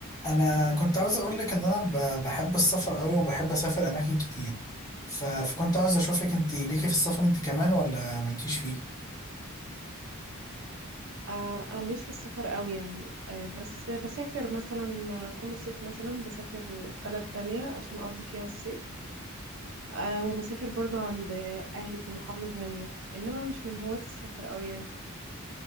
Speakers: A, on the left; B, on the right.
A: انا كنت عاوز اقول لك ان انا ب- بحب السفر قوي وبحب اسافر اماكن كتير ف- فكنت عاوز اشوفك انت ليكي في السفر انت كمان ولا مالكيش فيه
B: آه، انا ماليش في السفر قوي يعني آه، بس بسافر مثلا آه، كل صيف مثلا بسافر بلد تانية عشان اقضي فيها الصيف آه، وبسافر برضو عند آه، اهلي في محافظة تانية انما مش من هواة السفر قوي يعني